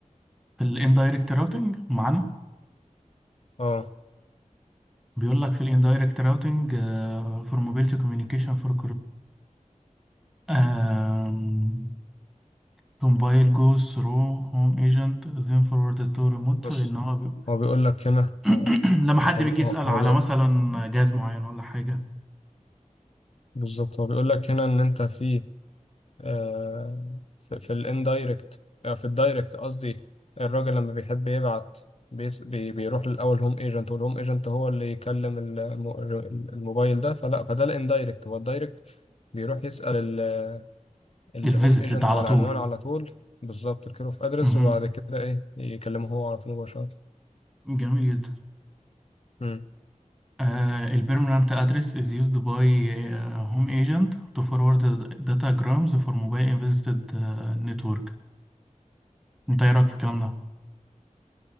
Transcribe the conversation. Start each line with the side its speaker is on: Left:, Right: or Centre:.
Centre: في الاندايركت راوتنج معانا
Left: اه
Centre: بيقول لك في الاندايركت راوتنج فور موبيليتي كوميونيكيشن فور كورسبوندنت تومبايل جوز ثرو هوم ايجنت ذين فورورد تو ريموت
Left: بص
Centre: ان هو بي...
Left: هو بيقول لك هنا
Centre: <clears throat>
Left: هو
Centre: لما حد
Left: هو
Centre: بيجي
Left: بي- هو-
Centre: يسأل
Left: هو
Centre: على
Left: بي-
Centre: مثلا جهاز معين ولا حاجة
Left: بالظبط هو بيقول لك هنا ان انت في آه، في, في الاندايركت آه، في الدايركت قصدي الراجل لما بيحب يبعت بيس بي بيروح للاول هوم ايجنت والهوم ايجنت هو اللي يكلم ال- الم- الموبايل ده فلا فده الاندايركت هو الدايركت بيروح يسأل ال- الهوم
Centre: الفيزيتد
Left: ايجنت
Centre: على
Left: على
Centre: طول
Left: العنوان على طول بالظبط الكير اوف ادرس
Centre: مهم.
Left: وبعد كده ايه يكلمه هو على طول مباشرة
Centre: جميل جدا
Left: مم.
Centre: آه البيرمننت ادرس از يوزد باي هوم ايجنت تو فورورد داتا جرامز فور موبايل ان فيزيتد نتورك انت ايه رايك في الكلام ده